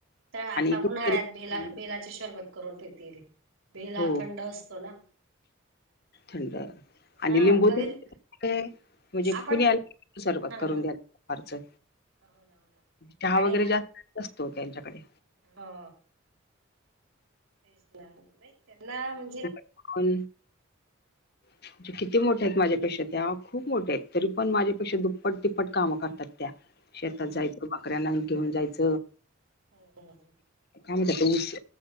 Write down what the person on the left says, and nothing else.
आणि कुठतरी
हो
थंड. आणि
लिंबू
तून <inaudible> म्हणजे
कुणी आल की लिंबू सरबत
करून
दया. दुपारचं,
चहा
वगैरे जास्त नसतो त्यांच्याकडे.
कोण? म्हणजे किती मोठ्या आहेत माझ्यापेक्षा त्या खूप मोठ्या आहेत, तरी पण माझ्यापेक्षा दुप्पट-तिप्पट काम करतात त्या. शेतात
जायच, बकऱ्यांना घेऊन जायच.
काय म्हणतात तो ऊस,